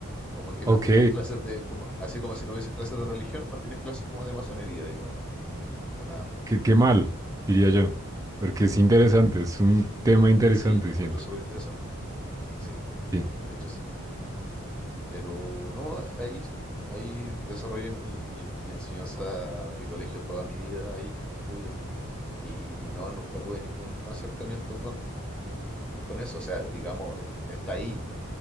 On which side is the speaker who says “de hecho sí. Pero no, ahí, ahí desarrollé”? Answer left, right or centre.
Centre